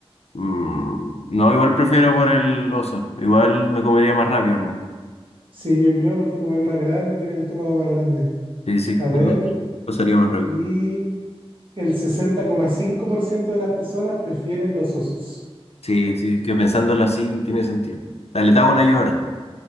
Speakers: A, on the left; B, on the right.
A: mm, no, igual prefiero por el oso. Igual me comería más rápido, hermano.
B: Sí, yo creo porque como es más grande, tiene el estómago más grande.
A: Sí, sí,
B: A ver,
A: <laughs> pasaría más rápido.
B: y... El sesenta coma cinco por ciento de las personas prefieren los osos.
A: Sí, sí, que pensándolo así tiene sentido. Dale, te hago una yo ahora.